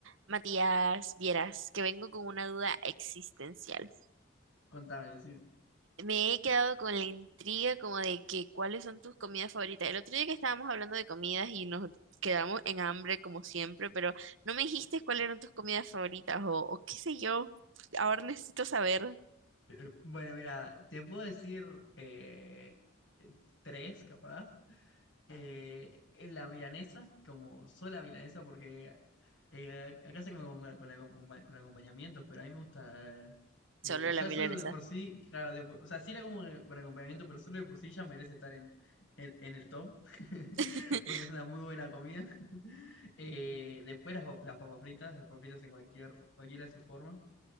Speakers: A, on the right (about 70°); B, on the left (about 60°).
A: Matías, vieras que vengo con una duda existencial.
B: Contame, decime.
A: Me he quedado con la intriga como de que cuáles son tus comidas favoritas. El otro día que estábamos hablando de comidas y nos quedamos en hambre como siempre, pero no me dijiste cuáles eran tus comidas favoritas o, o qué sé yo. Ahora necesito saber.
B: Eh, Bueno, mira, te puedo decir eh, eh, tres, capaz. Eh, la milanesa, como sola milanesa, porque eh, acá se come con, con acompa- con acompañamientos, pero a mí me gusta. eh,
A: Solo
B: ya
A: la milanesa.
B: solo de por sí, claro, de por- o sea, sí la como con acompañamiento, pero solo de por sí ya merece estar en, en, en el top, <laughs>
A: <laughs>
B: porque es una muy buena comida. <laughs> Eh, después las, pa- las papas fritas, las papas fritas en cualquier, cualquiera de sus formas.